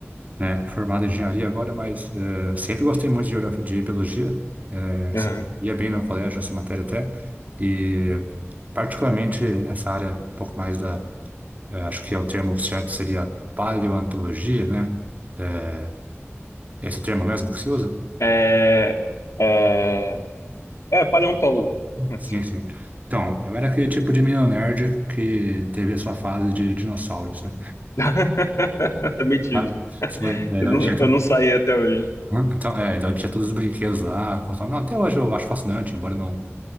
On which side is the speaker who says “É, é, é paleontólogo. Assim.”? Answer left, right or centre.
Left